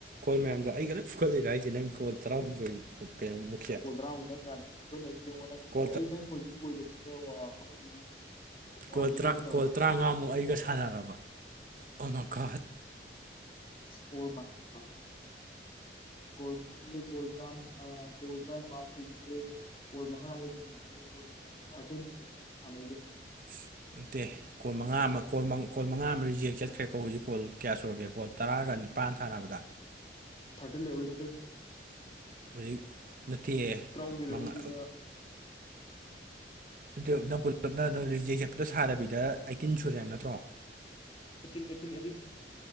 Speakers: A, on the right; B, on the left.
A: ꯀꯣꯜ ꯃꯌꯥꯝꯗꯣ ꯑꯩꯒ ꯂꯣꯏ ꯐꯨꯒꯠꯂꯤꯔꯣ ꯍꯥꯏꯖꯦ ꯅꯪ ꯀꯣꯜ ꯇꯔꯥꯍꯨꯝꯗꯣꯏ ꯀꯩꯅꯣꯃꯨꯛꯁꯦ
B: ꯀꯨꯜ ꯇꯔꯥꯃꯨꯛ ꯅꯪ <unintelligible> ꯐꯨꯒꯠꯂꯤꯁꯦ ꯌꯦꯡꯉꯣ ꯅꯪꯗ
A: ꯀꯣꯜ
B: ꯑꯩ ꯅꯪ ꯍꯧꯖꯤꯛ ꯑꯣꯏꯗꯕꯅꯤꯅꯦꯕꯣ ꯑꯃꯗꯨꯗꯤ ꯅꯨꯡꯉꯥꯏꯇꯦꯅꯦ
A: ꯀꯣ ꯇꯔꯥ
B: ꯋꯥꯔꯤ ꯁꯥꯟꯅꯕ
A: ꯀꯣꯜ ꯇꯔꯥꯉꯥꯃꯨꯛ ꯑꯩꯒ ꯁꯥꯟꯅꯔꯕ ꯑꯣꯃꯥꯒꯣꯠ
B: ꯏꯁ ꯑꯣꯃꯥꯥꯏꯔꯣꯠ ꯀꯥꯏ ꯀꯣꯜ ꯀꯣꯜ ꯇ꯭ꯔꯥꯝ ꯑꯥ ꯀꯣꯜ ꯇꯔꯥ꯭ꯝꯄꯥꯟ ꯁꯨꯕꯁꯦ ꯀꯣꯜ ꯃꯉꯥꯗ <unintelligible> ꯀꯣꯜ ꯊꯥꯔꯇꯤꯟꯅꯦꯕ ꯁꯥꯟꯅꯩꯖꯦ
A: ꯏꯁ ꯅꯠꯇꯦ ꯀꯣꯟ ꯃꯉꯥ ꯑꯃ <unintelligible> ꯀꯣꯜ ꯃꯉꯥ ꯑꯃ ꯔꯤꯖꯦꯛ ꯆꯠꯈ꯭ꯔꯦꯀꯣ ꯍꯧꯖꯤꯛ ꯀꯣꯜ ꯀꯌꯥ ꯁꯨꯔꯒꯦ ꯀꯣꯜ ꯇꯔꯥꯒ ꯅꯤꯄꯥꯟ ꯁꯥꯟꯅꯕꯗ
B: ꯊꯥꯔꯇꯤꯟ ꯂꯩꯍꯧꯔꯤ <unintelligible>
A: ꯍꯧꯖꯤꯛ ꯅꯠꯇꯤꯌꯦ
B: ꯇꯔꯥꯍꯨꯝꯗꯣꯏ
A: ꯃꯉꯥ
B: ꯂꯩꯍꯧꯔꯤꯗꯨꯗ
A: ꯑꯗꯨ ꯅꯥ ꯄꯨꯂꯞꯅ ꯑꯗꯣ ꯔꯤꯖꯦꯛ ꯆꯠꯄꯗꯣ ꯁꯥꯗꯕꯤꯗ ꯑꯩꯇꯤꯟ ꯁꯨꯔꯦ ꯍꯥꯏꯕ ꯅꯠꯇ꯭ꯔꯣ
B: ꯑꯦꯇꯤꯟ ꯑꯦꯇꯤꯟ ꯑꯦꯇꯤꯟ